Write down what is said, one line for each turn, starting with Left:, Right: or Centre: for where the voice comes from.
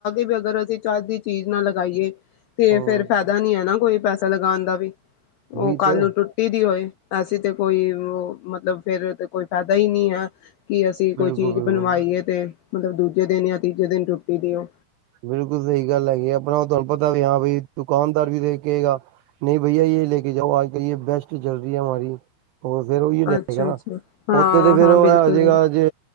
Left: ਵੀ ਅਗਰ ਅਸੀਂ ਚੱਜ ਦੀ ਚੀਜ਼ ਨਾ ਲਗਾਈਏ ਤੇ
Right: ਹਮ
Left: ਫੇਰ ਫਾਇਦਾ ਨੀ ਹੈ ਨਾ ਕੋਈ ਪੈਸੇ ਲਗਾਉਣ ਦਾ ਵੀ ਉਹ
Right: ਉਹੀ
Left: ਕੱਲ
Right: ਤੇ
Left: ਨੂੰ ਟੁੱਟੀ ਦੀ ਹੋਏ ਅਸੀ ਤੇ ਕੋਈ ਮਤਲਬ ਫੇਰ ਤੇ ਕੋਈ ਫਾਇਦਾ ਹੀ ਨਹੀਂ ਹੈ। ਕੀ ਅਸੀਂ ਕੋਈ
Right: ਬਿਲਕੁਲ
Left: ਚੀਜ਼
Right: ਬਿਲਕੁਲ
Left: ਬਣਵਾਈਏ ਤੇ ਮਤਲਬ ਦੂਜੇ ਦਿਨ ਜਾਂ ਤੀਜੇ ਦਿਨ ਟੁਟੀ ਦੀ ੳ
Right: ਬਿਲਕੁਲ ਸਹੀ ਗੱਲ ਹੈਗੀ ਆ, ਆਪਣਾ ੳਹ ਤੁਹਾਨੂੰ ਪਤਾ ਵੀ ਹਾਂ ਵੀ ਦੁਕਾਨਦਾਰ ਵੀ ਏਹੀ ਕਹੇਗਾ ਨਹੀਂ ਭਈਆ ਇਹ ਲੈ ਕੇ ਜਾਓ ਆਜ ਕੱਲ ਇਹ ਬੇਸਟ ਚਲ ਰਹੀ ਹੈ ਹਮਾਰੀ। ਉਹ ਫੇਰ ਉਹੀ ਲਏਗਾ
Left: ਅੱਛਾ-ਅੱਛਾ
Right: ਨਾ,
Left: ਹਾਂ-ਹਾਂ
Right: ਉੱਥੇ ਤੇ ਫੇਰ ਏਹ
Left: ਬਿਲਕੁਲ
Right: ਹੋ ਜੇਗਾ
Left: ਬਿਲਕੁਲ
Right: ਜੇ